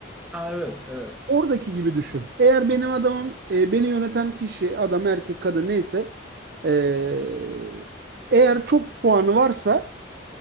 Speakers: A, in the centre; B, on the right.
A: Ha evet, evet.
B: Oradaki gibi düşün. Eğer benim adamım eee, beni yöneten kişi adam erkek kadın neyse eee, eğer çok puanı varsa